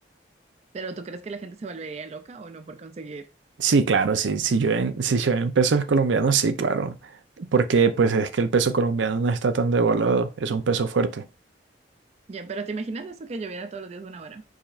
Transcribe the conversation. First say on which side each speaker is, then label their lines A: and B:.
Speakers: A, on the right; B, on the right.
A: Pero ¿tú crees que la gente se volvería loca o no por conseguir?
B: Sí, claro, sí. Si yo en, si yo en pesos colombianos, sí, claro. Porque pues es que el peso colombiano no está tan devaluado, es un peso fuerte.
A: Ya, pero ¿te imaginas eso que lloviera todos los días una hora?